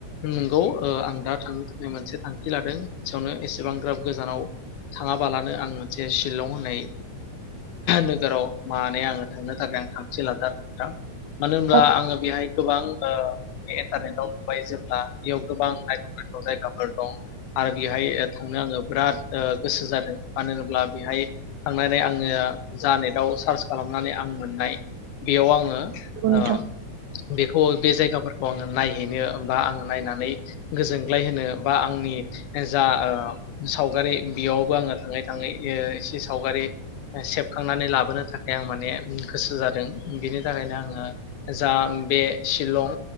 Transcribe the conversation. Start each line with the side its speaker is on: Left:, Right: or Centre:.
Left: नंगौ आं दा थांनो थाखाय मोनसे थांखि लादों खाथियावनो एसेबां ग्राब गोजानाव थाङाबालानो आं मोनसे शिलं होननाय नोगोराव मान आङो थांनो थाखाय आं थांखि लादों। मानो होनब्ला
Right: औ
Left: आङो बेहाय गोबां इन्टारनेटाव नुबाय जेब्ला बेयाव गोबां नायथाव नायथाव जायगाफोर दं आरो बेहाय थांनो आङो बिराद गोसो जादों मानो होनोब्ला बेहाय थांनानै आङो जा गाव सार्च खालाम थांनानै आं मोननाय बेयाव आङो
Right: औ नोंथां
Left: ओ बेखौ बे जायगाफोर आङो नायहैनो बा आङो नायनानै गोजोनग्लाय होनो बा आंनि जा सावगारि बेयावबो आङो थाङै थाङै एसे सावगारि सेबखांनानै लाबोनो थाखा आं माने गोसो जादों। नों बिनि थाखायनो आङो जा बे शिलं